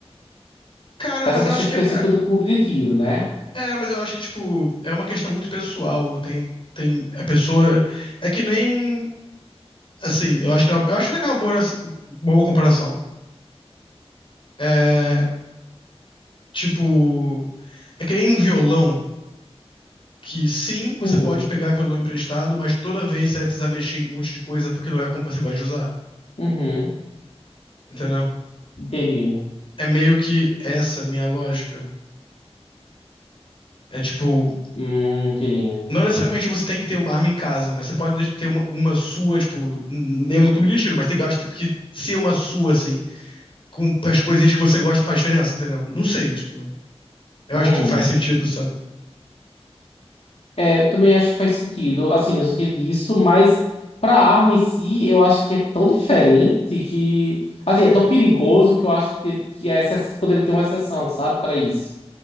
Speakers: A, on the left; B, on the left.
A: Cara,
B: Pra
A: mas
B: Essa questão
A: eu acho que
B: específica
A: é, é,
B: do clube de tiro, né?
A: é, mas eu acho que, tipo, é uma questão muito pessoal. Tem, tem a pessoa. É que nem Assim, eu acho que é uma, eu acho até que é uma boa, uma boa comparação. É, tipo, é que nem um violão que sim, você
B: Hum,
A: pode pegar violão emprestado, mas toda vez você vai precisar mexer em um monte de coisa porque não é como você gosta de usar,
B: uhum,
A: entendeu?
B: entendi.
A: É meio que essa minha lógica. É tipo,
B: Hum, entendi.
A: não necessariamente você tem que ter uma arma em casa, mas você pode ter uma, uma sua, tipo, n- nem no clube de tiro, mas tem que, eu acho que ser uma sua, assim, com as coisinhas que você gosta faz diferença, entendeu? Não sei, tipo, eu
B: Hum.
A: acho que faz sentido, sabe?
B: É, eu também acho que faz sentido, assim, no sentido disso, mas pra arma em si, eu acho que é tão diferente que, assim, é tão perigoso que eu acho que, ter, que essa poderia ter uma exceção, sabe, Pra isso.